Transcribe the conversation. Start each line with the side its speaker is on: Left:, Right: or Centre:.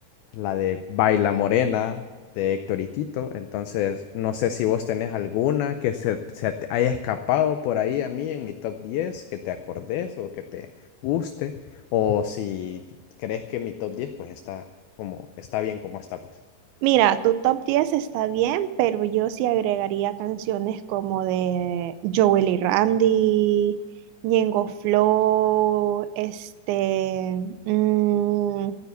Left: la de Baila Morena de Héctor y Tito. Entonces, no sé si vos tenés alguna que se, se te haya escapado por ahí a mí en mi top 10 que te acordes o que te guste, o si crees que mi top 10 pues está como está bien como está pues.
Right: Mira, tu top 10 está bien, pero yo sí agregaría canciones como de Joel y Randy, Ñengo Flow, este, mm,